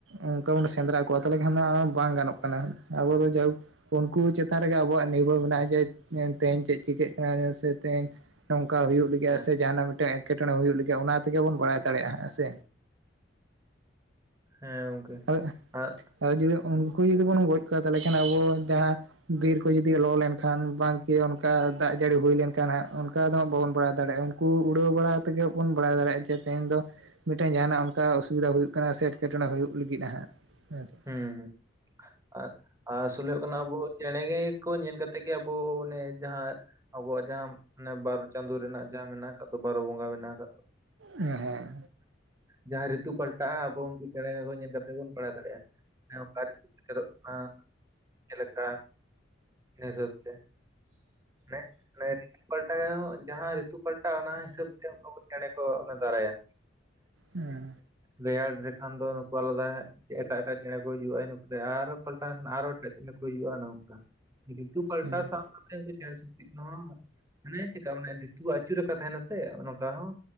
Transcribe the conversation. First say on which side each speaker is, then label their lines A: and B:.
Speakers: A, on the right; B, on the right.
A: ᱚᱱᱠᱟ ᱵᱚᱱ ᱥᱮᱸᱫᱽᱨᱟ ᱠᱚᱣᱟ ᱛᱟᱦᱚᱞᱮ ᱠᱷᱟᱱ ᱫᱚ ᱦᱟᱸᱜ ᱵᱟᱝ ᱜᱟᱱᱚᱜ ᱠᱟᱱᱟ᱾ ᱟᱵᱚ ᱫᱚ ᱡᱟᱭᱦᱩᱠ ᱼᱼ ᱩᱱᱠᱩ ᱪᱮᱛᱟᱱ ᱨᱮᱜᱮ ᱟᱵᱚᱣᱟᱜ ᱱᱤᱨᱵᱷᱚᱨ ᱢᱮᱱᱟᱜᱼᱟ ᱡᱮ ᱮ ᱛᱮᱦᱤᱧ ᱪᱮᱫ ᱪᱤᱠᱟᱹᱜ ᱠᱟᱱᱟ ᱥᱮ ᱛᱮᱦᱮᱧ ᱼᱼ ᱱᱚᱝᱠᱟ ᱦᱩᱭᱩᱜ ᱞᱟᱹᱜᱤᱜᱼᱟ
B: ᱦᱮᱸ
A: ᱥᱮ ᱡᱟᱦᱟᱱᱟᱜ ᱢᱤᱫᱴᱟᱝ ᱮᱴᱠᱮᱴᱚᱬᱮ ᱦᱩᱭᱩᱜ ᱞᱟᱹᱜᱤᱜᱼᱟ ᱚᱱᱟ ᱛᱮᱜᱮ ᱵᱚᱱ ᱵᱟᱰᱟᱭ ᱫᱟᱲᱮᱭᱟᱜᱼᱟ ᱦᱮᱸ ᱥᱮ।
B: ᱦᱮᱸ ᱜᱚᱝᱠᱮ
A: ᱦᱳᱭ
B: ᱟᱨ
A: ᱟᱫᱚ ᱡᱩᱫᱤ ᱩᱱᱠᱩ ᱡᱩᱫᱤ ᱵᱚᱱ ᱜᱚᱡ ᱠᱚᱣᱟ ᱛᱟᱦᱞᱮ ᱠᱷᱟᱱ ᱟᱵᱚ ᱡᱟᱦᱟᱸ ᱼᱼ ᱵᱤᱨ ᱠᱚ ᱡᱩᱫᱤ ᱞᱚ ᱞᱮᱱᱠᱷᱟᱱ ᱵᱟᱝᱠᱤ ᱚᱱᱠᱟ ᱫᱟᱜ ᱡᱟᱹᱲᱤ ᱦᱩᱭ ᱞᱮᱱᱠᱷᱟᱱ ᱦᱟᱸᱜ ᱚᱱᱠᱟ ᱫᱚ ᱦᱟᱸᱜ ᱵᱟᱵᱚᱱ ᱵᱟᱲᱟᱭ ᱫᱟᱲᱮᱭᱟᱜᱼᱟ। ᱩᱱᱠᱩ ᱩᱲᱟᱹᱣ ᱵᱟᱲᱟ ᱛᱮᱜᱮ ᱵᱚᱱ ᱵᱟᱲᱟᱭ ᱫᱟᱲᱮᱭᱟᱜᱼᱟ᱾ ᱡᱮ ᱛᱮᱦᱮᱧ ᱫᱚ ᱼᱼ ᱢᱤᱫᱴᱮᱱ ᱡᱟᱦᱱᱟᱜ ᱚᱱᱠᱟ ᱚᱥᱩᱵᱤᱫᱟ ᱦᱩᱭᱩᱜ ᱠᱟᱱᱟ ᱥᱮ ᱮᱴᱠᱮᱴᱚᱬᱮ ᱦᱩᱭᱩᱜ ᱞᱟᱹᱜᱤᱫ-ᱟ ᱦᱟᱸᱜ। ᱦᱮᱸᱥᱮ
B: ᱦᱮᱸ ᱦᱮᱸ ᱟᱨ ᱟᱨ ᱟᱥᱚᱞ ᱦᱩᱭᱩᱜ ᱠᱟᱱᱟ ᱟᱵᱚ ᱼᱼ ᱪᱮᱬᱮ ᱜᱮ ᱠᱚ ᱧᱮᱞ ᱠᱟᱛᱮᱜ ᱜᱮ ᱟᱵᱚ ᱚᱱᱮ ᱡᱟᱦᱟᱸ ᱼᱼ ᱟᱵᱚᱣᱟᱜ ᱡᱟᱦᱟᱸ ᱚᱱᱮ ᱵᱟᱨ ᱪᱟᱸᱫᱳ ᱨᱮᱱᱟᱜ ᱡᱟᱦᱟᱸ ᱢᱮᱱᱟᱜ ᱟᱠᱟᱫ ᱫᱚ ᱵᱟᱨᱚ ᱵᱚᱸᱜᱟ ᱢᱮᱱᱟᱜ ᱟᱠᱟᱫ ᱫᱚ।
A: ᱦᱮᱸ ᱦᱮᱸ
B: ᱡᱟᱦᱟᱸ ᱨᱤᱛᱩ ᱯᱟᱞᱴᱟᱜᱼᱟ ᱟᱵᱚ ᱩᱱᱠᱩ ᱪᱮᱬᱮ ᱧᱮᱞ ᱠᱟᱛᱮ ᱵᱚᱱ ᱵᱟᱲᱟᱭ ᱫᱟᱲᱮᱭᱟᱜᱼᱟ ᱚᱠᱟᱨᱮ ᱪᱮᱫ ᱪᱤᱠᱟᱹᱜ ᱠᱟᱱᱟ? ᱪᱮᱫ ᱞᱮᱠᱟ ᱤᱱᱟᱹ ᱦᱤᱥᱟᱹᱵ ᱛᱮ ᱢᱮ ᱢᱮ ᱯᱟᱞᱴᱟᱣ ᱨᱮ ᱡᱟᱦᱟᱸ ᱨᱤᱛᱩ ᱯᱟᱞᱴᱟᱜᱼᱟ ᱚᱱᱟ ᱦᱤᱥᱟᱹᱵ ᱛᱮ ᱩᱱᱠᱩ ᱪᱮᱬᱮ ᱠᱚ ᱚᱱᱟ ᱫᱟᱨᱟᱭᱟ
A: ᱦᱮᱸ
B: ᱨᱮᱭᱟᱲ ᱞᱮᱠᱷᱟᱱ ᱫᱚ ᱱᱩᱠᱩ ᱟᱞᱟᱫᱟ ᱦᱮᱸ ᱪᱮᱫ ᱮᱴᱟᱜ ᱮᱴᱟᱜ ᱪᱮᱬᱮ ᱠᱚ ᱦᱤᱡᱩᱜᱟ ᱤᱱᱟᱹᱛ ᱟᱨᱚ ᱯᱟᱞᱴᱟᱣ ᱮᱱᱠᱷᱟᱱ ᱟᱨᱚ ᱮᱴᱟᱜ ᱪᱮᱬᱮ ᱠᱚ ᱦᱤᱡᱩᱜ-ᱟ ᱚᱱᱮ ᱱᱚᱝᱠᱟ ᱨᱤᱛᱩ ᱯᱟᱞᱴᱟᱣ
A: ᱦᱮᱸ
B: ᱥᱟᱶ ᱥᱟᱶ ᱛᱮ ᱪᱮᱬᱮ ᱪᱩᱯᱲᱩᱡ ᱠᱚᱦᱚ ᱦᱟᱱᱮ ᱪᱮᱠᱟ ᱢᱟᱱᱮ ᱨᱤᱛᱩ ᱟᱹᱪᱩᱨ ᱞᱮᱠᱟ ᱛᱟᱦᱮᱱᱟᱥᱮ ᱚᱝᱠᱟ ᱦᱚᱸ